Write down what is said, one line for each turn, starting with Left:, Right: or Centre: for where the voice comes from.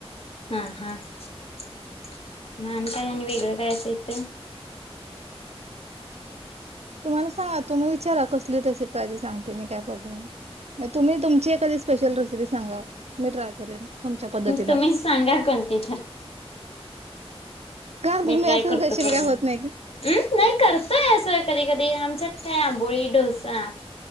Left: हा हा नाही. काय आणि वेगळं काय असं येतंय.
Right: तुम्हाला सांगा तुम्ही विचारा कसली रेसिपी आहेजे सांगते मी काय प्रॉब्लेम नाही. हा तुम्ही तुमची एकादि स्पेशल रेसिपी सांगा मी ट्राय करेन. तुमच्या पद्धतीनं
Left: तुम्ही सांगा कोणती तर
Right: का
Left: मी
Right: तुम्ही
Left: ट्राय
Right: असं
Left: करतो
Right: स्पेशल
Left: करून्.
Right: काय होत नाही का
Left: नाही करतय अस कधी कधी आमच्यात काय आंबोळी डोसा